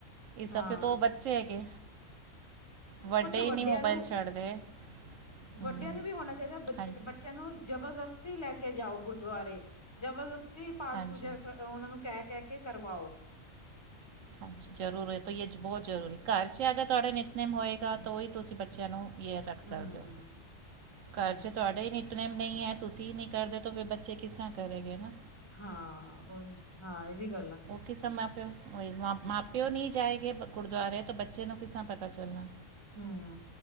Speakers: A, on the right (about 80°); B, on the left (about 20°).
A: ਇਸ
B: ਹਾਂ
A: ਹਫ਼ੇ ਤੋਂ ਉਹ ਬੱਚੇ ਹੈਗੇ ਵੱਡੇ
B: ਕੁਛ
A: ਹੀ
B: ਵੱਡਿਆਂ
A: ਨਹੀਂ ਮੋਬਾਇਲ
B: ਨੂੰ
A: ਛੱਡਦੇ ਹਮ,
B: ਵੱਡਿਆਂ ਨੂੰ ਵੀ ਹੋਣਾ ਚਾਹੀਦਾ
A: ਹਾਂਜੀ
B: ਬਚ ਚਲੋ ਜਬਰਦਸਤੀ ਲੈ ਕੇ ਜਾਓ ਗੁਰਦੁਆਰੇ ਜਬਰਦਸਤੀ ਪਾਠ
A: ਹਾਂਜੀ
B: ਪੂਜਾ ਕਰ ਉਹਨਾਂ ਨੂੰ ਕਹਿ ਕਹਿ ਕੇ ਕਰਵਾਓ
A: ਹਾਂਜੀ ਜ਼ਰੂਰ ਇਹ ਬਹੁਤ ਜ਼ਰੂਰੀ ਘਰ ਚ ਅਗਰ ਤੁਹਾਡੇ ਨਿਤਨਿਮ ਹੋਏਗਾ ਤਾਂ ਉਹੀ ਤੁਸੀਂ ਬੱਚਿਆਂ ਨੂੰ ਇਆ ਰੱਖ ਸਕਦੇ
B: ਹਮ
A: ਹੋ ਘਰ
B: ਹਮ
A: ਚ ਤੁਹਾਡੇ ਹੀ ਨੀ। ਨਿੱਤ ਨੇਮ ਨਹੀਂ ਹੈ ਤੁਸੀਂ ਨਹੀਂ ਕਰਦੇ ਤੇ ਫਿਰ ਬੱਚੇ ਕਿਸਰ੍ਹਾਂ ਕਰੇ ਗ ਹਨ।
B: ਹਾਂ ਉਹੀ ਹਾਂ ਇਹ ਵੀ ਗੱਲ ਆ।
A: ਕਿਸ ਮਾਂ ਪਿਓਹੀ ਮਾਂ ਪਿਓ ਨਹੀਂ ਜਾਏਗੇ ਗੁਰਦੁਆਰੇ ਤੋਂ ਬੱਚੇ ਨੂੰ ਕਿਸਾਂ ਪਤਾ ਚੱਲਣਾ।
B: <unintelligible>